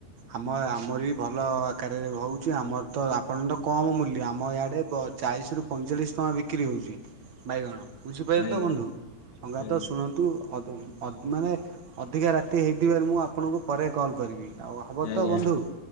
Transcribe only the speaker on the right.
ଆମ ଆମର ବି ଭଲ ଆକାରରେ ହଉଛି, ଆମର ତ ଆପଣ ତ କମ ମୂଲ୍ୟ, ଆମ ଆଡ଼େ ଚାଳିଶ ରୁ ପ ପଇଁଚାଳିଶ ଟଙ୍କା ବିକ୍ରି ହେଉଛି । ବାଇଗଣ! ବୁଝିପାଇଲେ
ତ ବନ୍ଧୁ? ସଙ୍ଗାତ
ଶୁଣନ୍ତୁ ଅଦମ୍ ଅ ମାନେ ଅଧିକା ରାତି ହେଇଥିବାରୁ, ମୁଁ ଆପଣଙ୍କୁ ପରେ କଲ୍ କରିବି। ଆଉ ହବ
ତ ବନ୍ଧୁ?